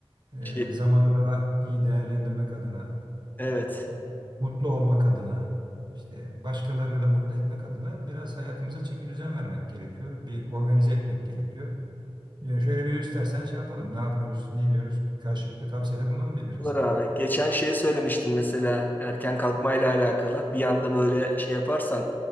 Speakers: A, on the right; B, on the left.
A: e,
B: Şey,
A: zamanı daha iyi değerlendirmek adına,
B: evet.
A: e, mutlu olmak adına, işte başkalarını da mutlu etmek adına biraz hayatımıza çeki düzen vermek gerekiyor. Bir organize etmek gerekiyor. E, şöyle bir istersen şey yapalım. Ne yapıyoruz, ne ediyoruz? Karşılıklı tavsiyede bulunalım birbirimize.
B: Olur abi. Geçen şeyi söylemiştin mesela erken kalkmayla alakalı. Bir anda böyle şey yaparsan